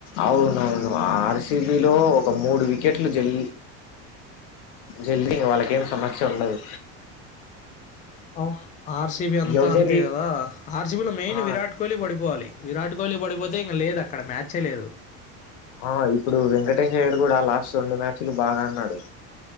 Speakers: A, on the left (about 80°); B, on the left (about 20°).
A: అవునవును ఆ ఆర్సిబిలో ఒక మూడు వికెట్లు జల్ జల్లి వాళ్ళకేం సమస్య ఉండదు
B: అవును ఆర్సిబి అంతా
A: ఎవరి
B: అంతే కదా ఆర్సిబిలో మెయిన్
A: ఆ
B: విరాట్ కోహ్లీ పడిపోవాలి విరాట్ కోహలి పడిపోతే ఇంక లేదు అక్కడ మ్యాచ్ చేలేదు
A: ఆ ఇప్పుడు వెంకటేశ అయ్యడు కూడా లాస్ట్ రెండు మ్యాచ్లు బాగా అన్నాడు